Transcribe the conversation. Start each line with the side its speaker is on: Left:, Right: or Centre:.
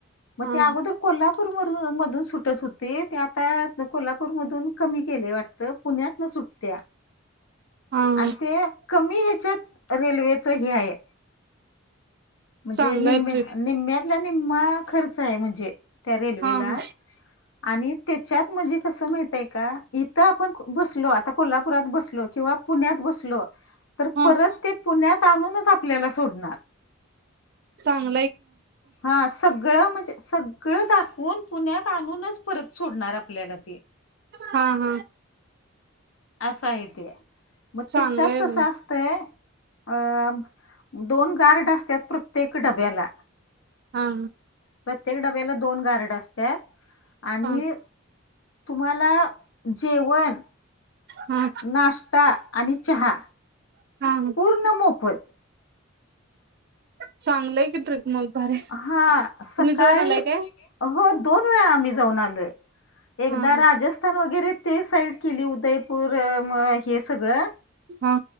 Left: मग
Right: हा
Left: त्या अगोदर कोल्हापूर वरुन मधून सुटत होती, ती आता कोल्हापूरमधून कमी केलंय वाटतं, पुण्यातन सुटत्या.
Right: हा
Left: आणि ते कमी ह्याच्यात रेल्वेच हे आहे म्हणजे
Right: चांगला
Left: निम्म्या
Right: आहे ट्रिप
Left: निम्म्यातला निम्मा खर्च आहे म्हणजे. त्या रेल्वेला
Right: हा हा
Left: आणि त्याच्यात म्हणजे कसं माहित आहे का? इथं आपण बसलो आता कोल्हापुरात बसलो किंवा पुण्यात बसलो तर
Right: हा
Left: परत ते पुण्यात आणूनच आपल्याला सोडणार.
Right: चांग
Left: हा सग गळं म्हणजे सगळं दाखवून पुण्यात आणुनचं परत सोडणार आपल्याला ते.
Right: हा हा.
Left: असा आहे ते, मग
Right: चांगलंय
Left: त्याच्यात कसं
Right: मग
Left: अस तयं अ दोन गार्ड असतात प्रत्येक डब्याला.
Right: हा.
Left: प्रत्येक डब्याला दोन गार्ड असत्यात आणि
Right: हा हा
Left: तुम्हाला जेवण,
Right: हा
Left: नाश्ता आणि चहा
Right: हा
Left: पूर्ण मोफत.
Right: चांगलंय की ट्रिक मग भारी.
Left: हा
Right: तुम्ही
Left: सकाळी
Right: जाऊन आलाय काय?
Left: हो दोन वेळा आम्ही जाऊन आलोय. एकदा
Right: हा हा
Left: राजस्थान वगैरे ते साईड केली उदयपूर म हे सगळं.
Right: हा